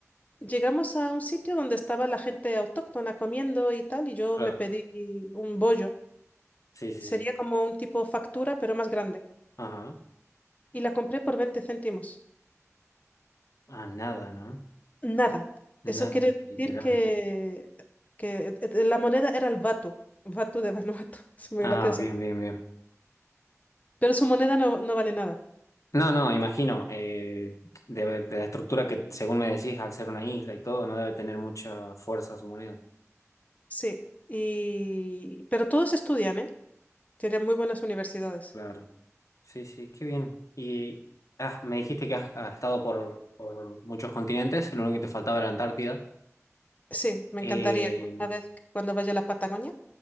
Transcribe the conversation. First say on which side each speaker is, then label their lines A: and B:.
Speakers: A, on the left; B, on the left.
A: llegamos a un sitio donde estaba la gente autóctona comiendo y tal, y yo
B: claro.
A: me pedí un bollo.
B: Sí, sí, sí.
A: Sería como un tipo factura, pero más grande.
B: Ajá.
A: Y la compré por 20 céntimos.
B: Ah, nada, ¿no?
A: Nada.
B: Nada,
A: Eso quiere decir
B: literal.
A: que, que eh, eh, la moneda era el vato, vato de Vanuatu. <laughs> Es muy
B: Ah,
A: gracioso.
B: bien, bien, bien.
A: Pero su moneda no, no vale nada.
B: No, no, imagino. eh, debe- de, la estructura que, según me decís, al ser una isla y todo, no debe tener mucha fuerza su moneda.
A: Sí, y... pero todos estudian, ¿eh? Tienen muy buenas universidades.
B: Claro. Sí, sí, qué bien. Y ah, me dijiste que has, has estado por, por muchos continentes, lo único que te faltaba era Antártida.
A: Sí, me
B: Eh,
A: encantaría. Una vez que- cuando vaya a la Patagonia,